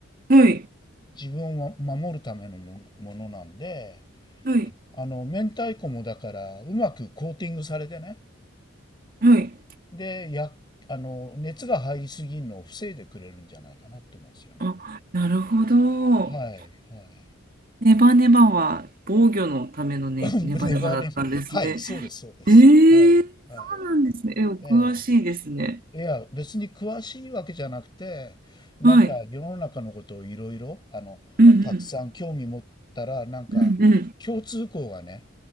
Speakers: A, on the right; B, on the left.
A: ええはい、
B: 自分を守るためのものものなんで、
A: はい、
B: あの、明太子もだからうまくコーティングされてね。
A: はい。
B: で、や、あの、熱が入りすぎるのを防いでくれるんじゃないかなと思うんですよね。
A: あ、なるほど。
B: はい、はい。
A: ネバネバは防御のためのね、
B: <laughs> ネバネバ、
A: ネバネバだったんですね。
B: はい、そうです、そうです。
A: ええそ
B: はい、はい。
A: うなんですね。え、お詳しいですね。
B: ええいや、別に詳しいわけじゃなくて、なんか世の中のことをいろいろ、
A: はい。
B: あの、
A: うんうん。
B: たくさん興味持ったら、なんか共通項がね、
A: うんうん。